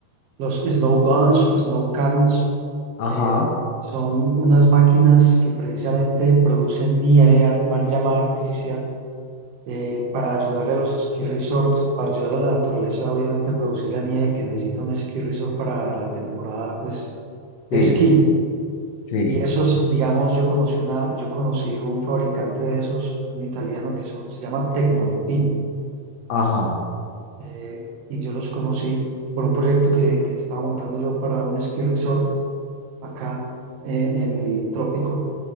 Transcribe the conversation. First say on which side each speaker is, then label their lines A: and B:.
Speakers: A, on the right (about 65°); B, on the left (about 75°).
A: Los Snow Guns o Snow Cannons
B: ajá,
A: eh, son unas máquinas que precisamente producen nieve, ar- mar- llamada artificial, eh, para ayudarle a los ski resorts, para ayudar a la naturaleza, obviamente, a producir la nieve que necesita un ski resort para la temporada, pues,
B: sí,
A: de esquí.
B: sí,
A: Y esos, digamos, yo conocí una, yo conocí un fabricante de esos, un italiano que son, se llama Tecnoalpin,
B: ajá.
A: eh, y yo los conocí por un proyecto que, que estaba montando yo para un ski resort acá eh, en el trópico,